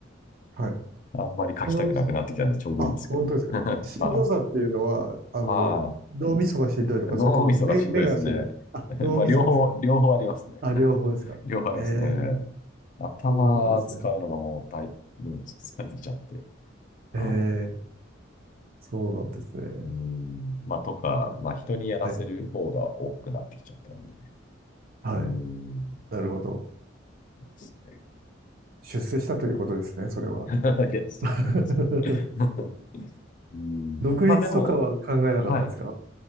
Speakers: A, on the right (about 50°); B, on the left (about 40°).
A: はい。
B: あんまり書きたくなくなってきたんでちょうどいいですけどね。
A: その、あ、本当ですか。
B: <laughs>
A: しんどさっていうのは、
B: はい。
A: あの、
B: あ
A: 脳みそがしんどいのか、
B: あ、脳みそがしんどいですね。
A: それとも目、目がしんどい。あ、
B: <laughs>
A: 脳みそですが。
B: まあ、両方、両方ありますね。
A: あ、
B: <laughs>
A: 両方ですか。
B: 両方ありますね。
A: へえ、
B: 頭使うのがもう大、
A: そうなんですね。
B: ね、疲れてきちゃって。は
A: ええ、そうなんですね。
B: い。うん。まあ、とか、
A: いや、
B: まあ、人にやらせる方が多くなってきちゃったんで。
A: はい、はい。
B: うん。で
A: なるほど。
B: すね
A: 出世したということですね、それは。
B: <laughs> いや、そうそうなんですかね。
A: <laughs>
B: <laughs> うん。
A: 独立とかは考えなかったですか
B: まあ、でも、はい。